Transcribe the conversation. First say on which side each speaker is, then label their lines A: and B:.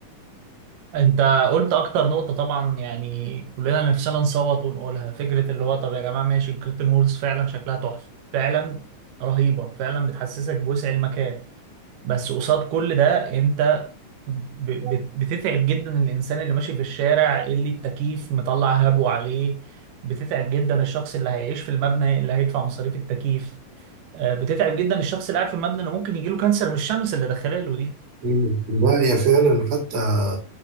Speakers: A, on the right; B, on the right.
A: انت قلت اكتر نقطة طبعا يعني كلنا نفسنا نصوت ونقولها فكرة اللي هو طب يا جماعة ماشي الكرتون وولز فعلا شكلها تحفة فعلا رهيبة فعلا بتحسسك بوسع المكان بس قصاد كل ده انت ب- بت- بتتعب جدا الانسان اللي ماشي في الشارع اللي التكييف مطلع هبو عليه بتتعب جدا الشخص اللي هيعيش في المبنى اللي هيدفع مصاريف التكييف آه، بتتعب جدا الشخص اللي قاعد في المبنى انه ممكن يجيله كانسر من الشمس اللي داخله له دي
B: مم. لا هي فعلا حتى